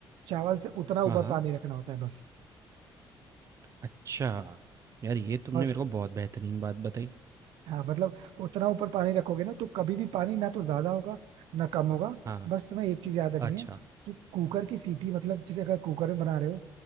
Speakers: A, on the right (about 85°); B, on the right (about 45°).
A: चावल से उतना ऊपर
B: हाँ हाँ
A: पानी रखना होता है बस
B: अच्छा, यार ये तुमने
A: बस
B: मेरे को बहुत बेहतरीन बात बताई।
A: हाँ मतलब उतना ऊपर पानी रखोगे ना तो कभी भी पानी ना तो ज्यादा होगा ना कम होगा
B: हाँ,
A: बस तुम्हें एक चीज याद रखनी
B: अच्छा,
A: है कि कुकर की सीटी मतलब जैसे अगर कुकर में बना रहे हो